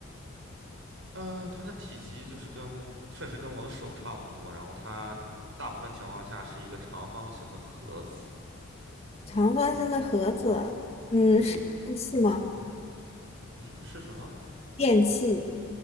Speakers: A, on the right; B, on the left.
A: 嗯，它的体积就是跟确实跟我的手差不多，然后它大部分情况下是一个长方形的盒子。
B: 长方形的盒子，嗯，
A: 对的，
B: 是电器吗？
A: 嗯，是什么？
B: 电器，